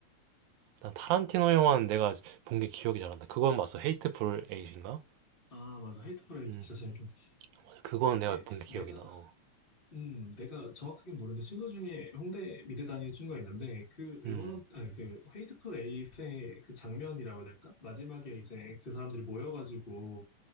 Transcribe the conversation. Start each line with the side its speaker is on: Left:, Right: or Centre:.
Right: 난 타란티노 영화는 내가 본 게 기억이 잘 안 나. 그건 봤어. 헤이트풀 에잇인가?
Left: 아 맞아 헤이트풀 에이트
Right: 음,
Left: 진짜 재밌었어
Right: 맞아. 그거는 내가
Left: 이게
Right: 본 게 기억이
Left: 내가
Right: 나. 어.
Left: 음 내가 정확하게 모르는데 친구 중에 홍대 미대 다니는 친구가 있는데 그 레버넌
Right: 음,
Left: 아니 그 헤이트풀 에이트의 그 장면이라고 해야 될까 마지막에 이제 그 사람들이 모여가지고